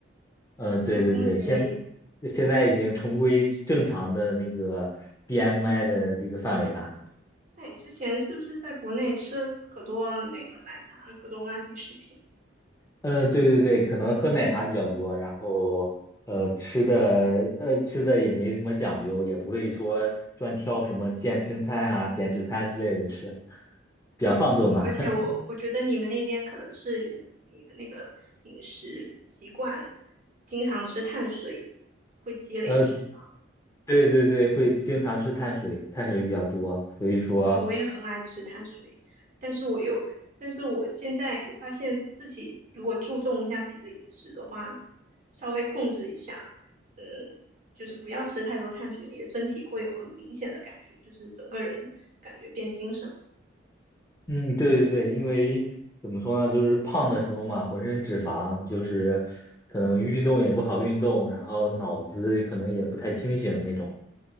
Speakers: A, on the left; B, on the right.
A: 嗯、对对对，
B: 那恭喜你。
A: 现现在已经重归正常的那个 BMI 的这个范围了。
B: 那你之前是不是在国内吃可多那个奶茶、各种垃圾食品？
A: 嗯、呃对对对，可能喝奶茶比较多，然后呃吃的呃吃的也没什么讲究，也不会说专挑什么健身餐啊、减脂餐之类的吃，比较放纵嘛。
B: 哦，而且我我觉得你们那边可能是你你的那个饮食习惯，
A: <laughs>
B: 经常吃碳水，会积累脂肪。
A: 呃，对对对，会经常吃碳水，碳水比较多，所以说，
B: 其实我也很爱吃碳水，但是我又，但是我现在我发现自己如果注重一下自己的饮食的话，稍微控制一下，嗯，就是不要吃太多碳水，你的身体会有很明显的感觉，就是整个人感觉变精神了。
A: 嗯，对对对，因为怎么说呢，就是胖的时候嘛，浑身脂肪，就是可能运动也不好运动，然后脑子可能也不太清醒那种，